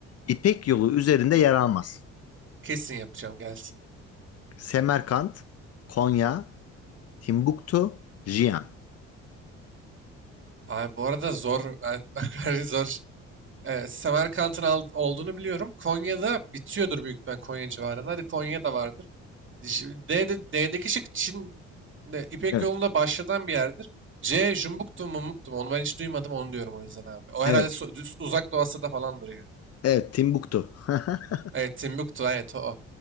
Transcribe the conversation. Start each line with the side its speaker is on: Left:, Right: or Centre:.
Left: İpek Yolu üzerinde yer almaz?
Right: Kesin yapacağım gelsin.
Left: Semerkant, Konya, Timbuktu, Jiyan.
Right: Abi bu arada zor. Ben <laughs> zor. şey e, Semerkant'ın al- olduğunu biliyorum. Konya'da bitiyordur büyük ihtimal Konya civarında. Hadi Konya'da vardır. J- D'de, D'deki şık Çin de, İpek
Left: Evet,
Right: yolunda başladan bir yerdir. C Jumbuktu mu Mumuktu mu? Onu ben hiç duymadım onu diyorum o yüzden abi. O herhalde
Left: evet,
Right: so- düz- uzak Doğu Asya'da falandır ya.
Left: evet Timbuktu. <laughs>
Right: Evet Timbuktu evet o. o.